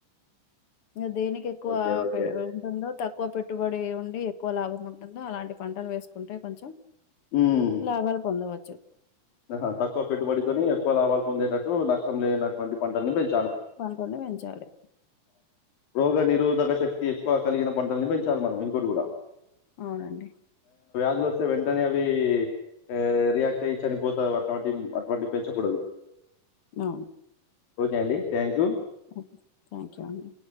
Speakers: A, on the left; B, on the left.
A: ఇగ దేనికి ఎక్కువ
B: ఓకే. okay.
A: Pay ఉంటుందొ తక్కువ పెట్టుబడి ఉండి ఎక్కువ లాభం ఉంటుందో అలాంటి పంటలు వేసుకుంటే కొంచెం
B: హ్మ్.
A: లాభాలు పొందవచ్చు
B: ఆహా తక్కువ పెట్టుబడితొని ఎక్కువ లాభాలు పొందేటట్టు నష్టం లేనటివంటి పంటలను పెం
A: పంటని పెంచాలి
B: రోగానిరోధక శక్తి ఎక్కువ కలిగిన పంటలని పెంచాలి మనం ఇంకోటి కూడా
A: అవునండి
B: దులు వస్తే వెంటనే అవి ఆ రియాక్ట్ అయి చనిపోతావ్ అటువంటి అటువంటి పెంచకూడదు
A: అవును
B: ఓకే అండి థాంక్యూ
A: ఒకే థాంక్యూ అండి